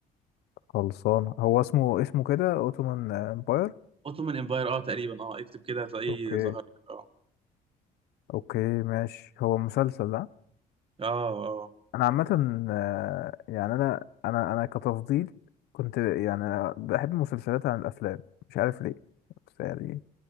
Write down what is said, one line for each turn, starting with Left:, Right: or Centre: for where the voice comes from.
Left: خلصان هو اسمه اسمه كده اوتومان امباير
Right: اوتومان امباير اه تقريبا اه اكتب كده هتلاقيه
Left: اوكي
Right: ظهر لك. اه
Left: اوكي ماشي هو مسلسل ده
Right: اه
Left: انا عامة آه، يعني انا انا انا كتفضيل كنت يعني بحب المسلسلات عن الافلام مش عارف ليه بس يعني